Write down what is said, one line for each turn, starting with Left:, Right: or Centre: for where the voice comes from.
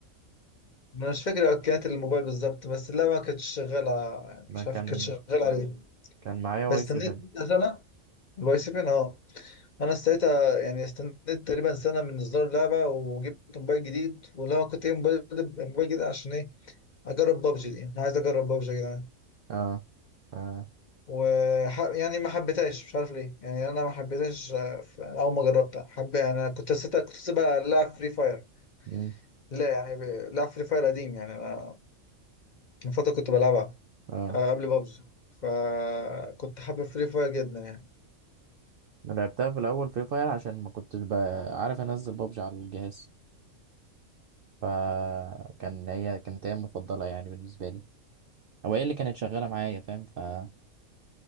Left: أنا مش فاكر إمكانيات الموبايل بالظبط بس لا ما كانتش شغالة يعني
Right: ما
Left: مش
Right: كان
Left: عارف كانت شغالة عليه
Right: كان معايا واي
Left: فاستنيت
Right: 7
Left: سنة الواي سيفين أه أنا ساعتها يعني استنيت تقريبا سنة من إصدار اللعبة وجبت موبايل جديد واللي هو كنت جايب موبايل موبايل جديد عشان إيه أجرب بابجي دي أنا عايز أجرب بابجي يا جدعان
Right: اه اه
Left: و يعني ما حبيتهاش مش عارف ليه يعني انا ما حبيتهاش آه، في- اول ما جربتها حب يعني انا كنت سيتها كنت سيبها لا فري فاير
Right: مم.
Left: لا يعني ب- لا فري فاير قديم يعني انا من فتره كنت بلعبها
Right: اه
Left: آه، قبل بابجي فكنت حابب فري فاير جدا يعني
Right: أنا لعبتها في الأول فري فاير عشان ما كنتش بقى عارف أنزل بابجي على الجهاز فكان هي كانت هي المفضلة يعني بالنسبة لي أو هي اللي كانت شغالة معايا فاهم فكانت